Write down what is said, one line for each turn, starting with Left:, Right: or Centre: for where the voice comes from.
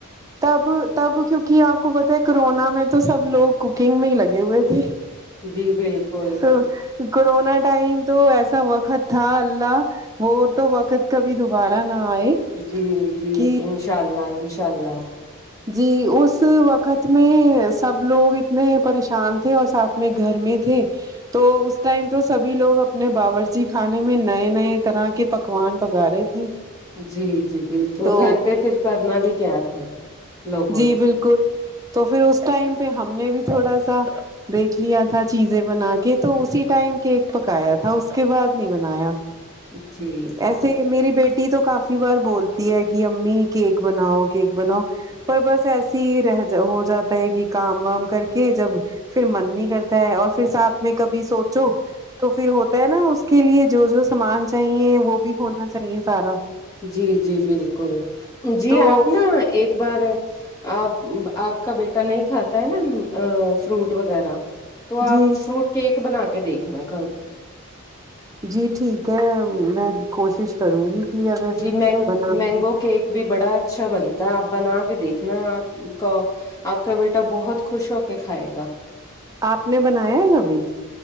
Right: تب تب کیونکہ آپ کو پتا ہے کرونا میں تو سب لوگ کوکنگ میں ہی لگے ہوئے تھے
Left: جی بالکل
Right: تو کرونا ٹائم تو ایسا وقت تھا اللہ وہ تو وقت کبھی دوبارہ نہ آئے
Left: جی جی
Right: کہ
Left: انشاء اللہ انشاء اللہ
Right: جی اس وقت میں سب لوگ اتنے پریشان تھے اور ساتھ میں گھر میں تھے تو اس ٹائم تو سبھی لوگ اپنے باورچی کھانے میں نئے نئے طرح کے پکوان پکا رہے تھے
Left: جی جی بالکل
Right: تو
Left: گھر پہ پھر کرنا بھی کیا تھا لوگوں
Right: جی
Left: نے
Right: بالکل تو پھر اس ٹائم پہ ہم نے بھی تھوڑا سا دیکھ لیا تھا چیزیں بنا کے تو اسی ٹائم کیک پکایا تھا اس کے بعد نہیں بنایا
Left: جی
Right: ایسے ہی میری بیٹی تو کافی بار بولتی ہے کہ امی کیک بناؤ کیک بناؤ پر بس ایسی ہی رہ ج ہو جاتا ہے کہ کام وام کر کے جب پھر من نہیں کرتا ہے اور پھر ساتھ میں کبھی سوچو تو پھر ہوتا ہے نا اس کے لیے جو جو سامان چاہیے وہ بھی ہونا چاہیے سارا
Left: جی جی بالکل جی
Right: تو
Left: آپ نا ایک بار آپ آپ کا بیٹا ٹا نہیں کھاتا ہے نا فروٹ وغیرہ تو
Right: جی
Left: آپ فروٹ کیک بنا کے دیکھنا کل
Right: جی ٹھیک ہے میں کوشش کروں گی کہ اگر
Left: جی مینگ
Right: بنا
Left: مینگو
Right: کے
Left: کیک بھی بڑا اچھا بنتا ہے آپ بنا کے دیکھنا کو آپ کا بیٹا بہت خوش ہو کے کھائے گا
Right: آپ نے بنایا ہے ابھی